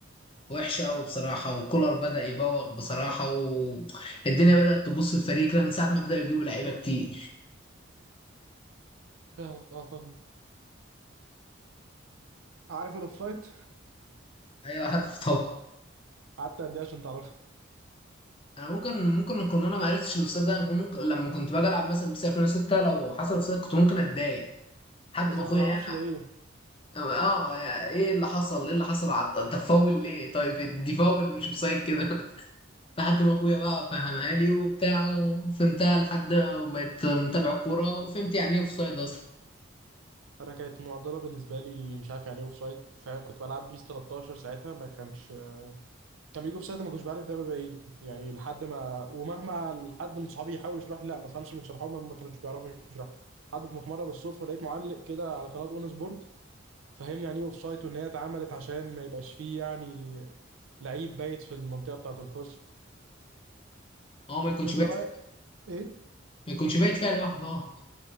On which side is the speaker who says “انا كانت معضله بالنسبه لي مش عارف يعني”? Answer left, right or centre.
Right